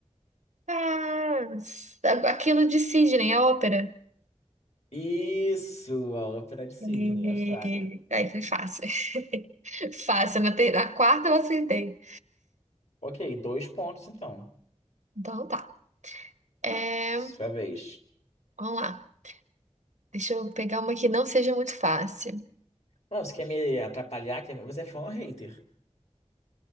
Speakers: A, on the right; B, on the left.
A: Ah, aquilo de Sidney, a ópera.
B: Isso! A Ópera de Sydney,
A: E...
B: Austrália.
A: Aí foi fácil. <laughs> Fácil, na, ter... na quarta eu acertei.
B: Ok, dois pontos então.
A: Então tá. É,
B: Sua vez.
A: vamos lá. Deixa eu pegar uma que não seja muito fácil.
B: Não, você quer me atrapalhar? Quer me- Você é fã ou hater?